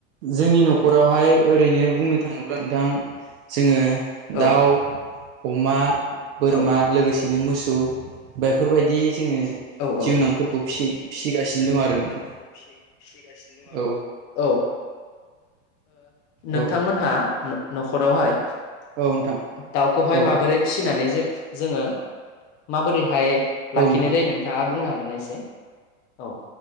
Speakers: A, on the right (about 85°); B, on the left (about 45°).
A: जोंनि न'खरावहाय ओरैनो बुंनो थाङोब्ला नोंथां जोङो
B: औ
A: दाउ अमा बोरमा
B: औ
A: लोगोसेनो मोसौ बे बेफोरबायदि जोङो
B: मोसौ औ
A: जिउनांफोरखौ
B: औ बेफोरबायदि
A: फिसि फिसिगासिनो
B: जोङो
A: दं आरो
B: जुनारफोरखौ
A: नोंथां
B: फिसिगासिनो दं आरो
A: औ
B: औ नोंथांमोनहा
A: औ
B: न'खरावहाय
A: औ नोंथां
B: दाउखौहाय
A: औ
B: माबोरै फिसिनानै जोङो माबोरैहाय लाखिनाय
A: नोंथां
B: जायो नोंथाङा बुंनो हागोनना एसे? औ